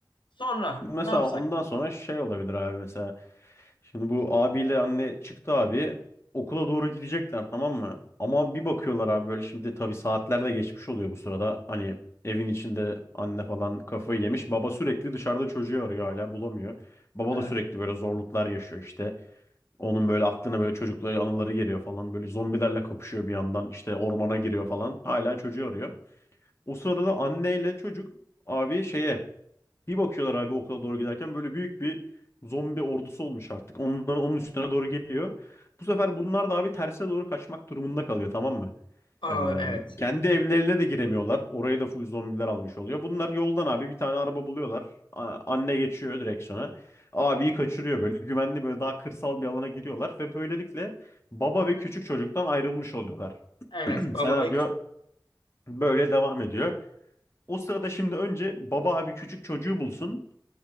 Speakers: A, on the left; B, on the left.
A: Sonra
B: Şimdi mesela
A: ne yapsak?
B: ondan sonra şey olabilir abi mesela. Şimdi bu abiyle anne çıktı abi. Okula doğru gidecekler tamam mı? Ama bir bakıyorlar abi böyle şimdi tabii saatler de geçmiş oluyor bu sırada. Hani evin içinde anne falan kafayı yemiş. Baba sürekli dışarıda çocuğu arıyor hala bulamıyor. Baba
A: Evet.
B: da sürekli böyle zorluklar yaşıyor işte. Onun böyle aklına böyle çocukları anıları geliyor falan. Böyle zombilerle kapışıyor bir yandan. İşte ormana giriyor falan. Hala çocuğu arıyor. O sırada da anneyle çocuk abi şeye bir bakıyorlar abi okula doğru giderken böyle büyük bir zombi ordusu olmuş artık. Onların onun üstüne doğru geliyor. Bu sefer bunlar da abi terse doğru kaçmak durumunda kalıyor tamam mı?
A: Aralar
B: Ee,
A: evet.
B: kendi evlerine de giremiyorlar. Oraya da full zombiler almış oluyor. Bunlar yoldan abi bir tane araba buluyorlar. A- anne geçiyor direksiyona. Abiyi kaçırıyor böyle. Güvenli böyle daha kırsal bir alana giriyorlar ve böylelikle baba ve küçük çocuktan ayrılmış oluyorlar.
A: Evet
B: <clears throat>
A: baba
B: Senaryo
A: ve küçük.
B: böyle devam ediyor. O sırada şimdi önce baba abi küçük çocuğu bulsun.